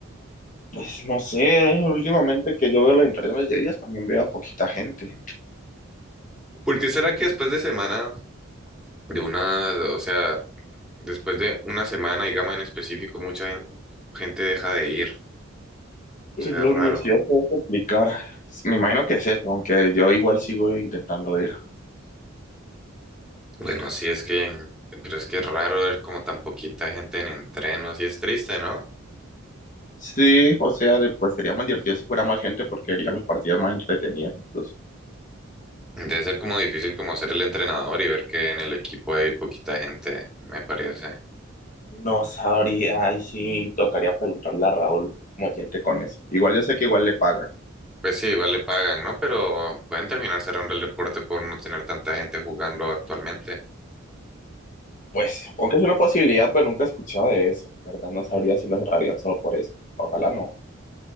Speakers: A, on the left; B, in the centre.
A: Pues no sé, últimamente que yo veo las interacciones de ellas también veo a poquita gente.
B: ¿Por qué será que después de semana, de una, o sea, después de una semana, digamos en específico, mucha gen- gente deja de ir? O
A: Pues,
B: sea,
A: La
B: es raro.
A: universidad se va a complicar. Pues, me imagino que es eso, aunque yo igual sigo intentando ir.
B: Bueno, sí es que, pero es que es raro ver como tan poquita gente en entreno, así es triste, ¿no?
A: Sí, o sea, de- pues sería más divertido si fuera más gente porque haría mis partidas más entretenidas incluso.
B: Debe ser como difícil como ser el entrenador y ver que en el equipo hay poquita gente, me parece.
A: No sabría, ahí sí tocaría preguntarle a Raúl cómo siente con eso. Igual yo sé que igual le pagan.
B: Pues sí, igual le pagan, ¿no? Pero pueden terminar cerrando el deporte por no tener tanta gente jugando actualmente.
A: Pues supongo que es una posibilidad, pero nunca he escuchado de eso, ¿verdad? No sabría si lo cerrarían solo por eso. Ojalá no.